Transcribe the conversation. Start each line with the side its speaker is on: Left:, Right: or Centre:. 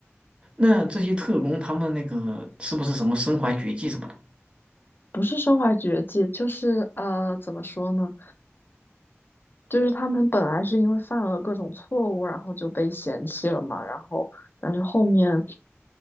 Right: 那这些特工他们那个是不是什么身怀绝技什么的？
Left: 不是身怀绝技，就是呃，怎么说呢？就是他们本来是因为犯了各种错误，然后就被嫌弃了嘛，然后但是后面